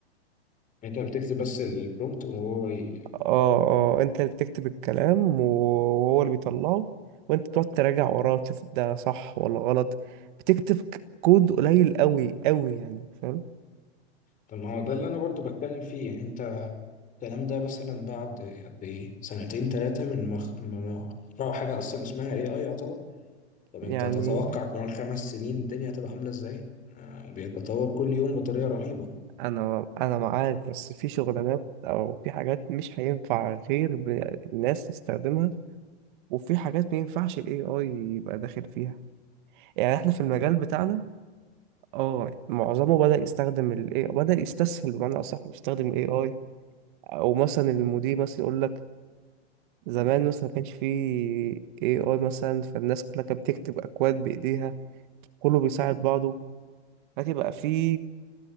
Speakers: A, on the left; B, on the right.
A: أنت بتكتب بس البرومبت وهو ي...
B: اه اه انت اللي بتكتب الكلام وهو اللي بيطلعه وانت بتقعد تراجع وراه تشوف ده صح ولا غلط بتكتب ك- كود قليل قوي قوي يعني فاهم
A: طب ما هو ده اللي أنا برضو بتكلم فيه يعني أنت الكلام ده مثلا بعد قد إيه؟ سنتين تلاتة من ما خ- ما ما اخترعوا حاجة أصلا اسمها AI يعتبر طب أنت
B: يعني
A: تتوقع كمان خمس سنين الدنيا هتبقى عاملة إزاي؟ يعني بيتطور كل يوم بطريقة رهيبة
B: انا انا معاك بس في شغلانات او في حاجات مش هينفع غير ب- الناس تستخدمها وفي حاجات ما ينفعش الاي اي يبقى داخل فيها يعني احنا في المجال بتاعنا اه معظمه بدأ يستخدم الاي بدأ يستسهل بمعنى اصح يستخدم الاي اي او مثلا المدير مثلا يقول لك زمان مثلا ما كانش فيه اي اي مثلا فالناس كلها كانت بتكتب اكواد بايديها كله بيساعد بعضه لكن بقى في